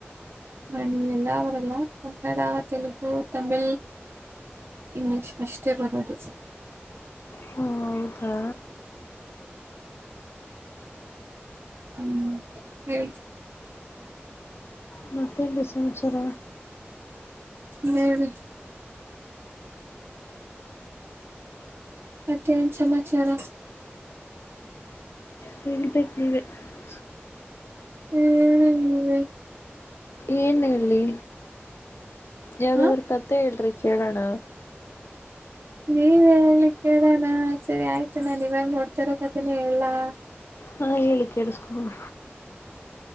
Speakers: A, on the right; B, on the left.
A: ನಾನ ಎಲ್ಲ ಅವರಲ್ಲ ಕನ್ನಡ ತೆಲುಗು ತಮಿಳ್ ಇಂಗ್ಲಿಷ್ ಅಷ್ಟೇ ಬರೋದು
B: ಹೋ ಹೌದಾ
A: ಹ್ಮ್ ಹೇಳ
B: ಹ ಹತ್ತ ಏನ್ರೀ ಸಮಾಚಾರ
A: ಹ್ಮ <unintelligible> ಮತ್ತೇನ್ ಸಮಾಚಾರ
B: ಸಂತ <unintelligible>
A: ಹ್ಮ್ ಹ್ಮ್
B: ಏನ್ ಹೇಳಿ ಯಾವ್ದಾದ್ರ
A: ಹಾ
B: ಕತೆೆ ಹೇಳ್ರಿ ಕೇಳೋಣ
A: ನೀವ್ ಹೇಳಲಿಕ್ಕೆರಣ ಸರಿ ಆಯ್ತು ನಾನ್ ಇವಾಗ ನೋಡ್ತರಕ್ದನ ಹಲ್ಲಾ
B: ಹಾ ಹೇಳಿಕೇಡು ಸ್ಕೂಲ್